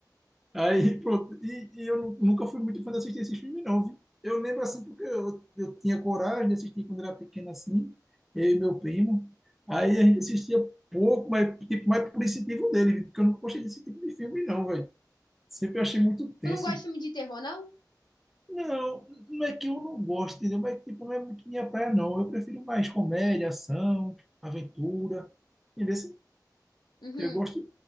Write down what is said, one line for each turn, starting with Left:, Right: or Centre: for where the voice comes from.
Centre: Aí, pronto. E, e eu nu- nunca fui muito fã de assistir esses filmes, não, viu? Eu lembro assim, porque eu, eu tinha coragem de assistir quando era pequeno assim, eu e meu primo. Aí a gente assistia pouco, mas tipo, mais por incentivo dele, viu? Porque eu nunca gostei desse tipo de filme, não, velho. Sempre achei muito tenso.
Left: Tu não gosta de filme de terror, não?
Centre: Não, não é que eu não gosto, entendeu? Mas tipo, não é muito minha praia, não. Eu prefiro mais comédia, ação, aventura. Entendeu?
Left: Uhum.
Centre: Eu gosto.